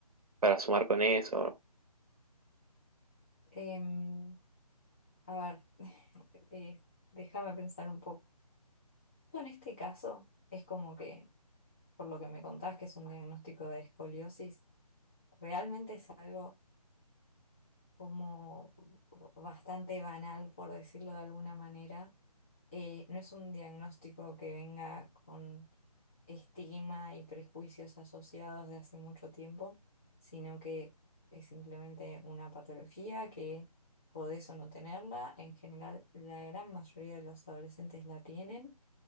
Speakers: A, on the right; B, on the left.
A: para sumar con eso.
B: Em, a ver, <laughs> eh, déjame pensar un poco. En este caso, es como que por lo que me contás, que es un diagnóstico de escoliosis, realmente es algo como bastante banal, por decirlo de alguna manera, eh, no es un diagnóstico que venga con estigma y prejuicios asociados de hace mucho tiempo, sino que es simplemente una patología que podés o no tenerla. En general, la gran mayoría de los adolescentes la tienen.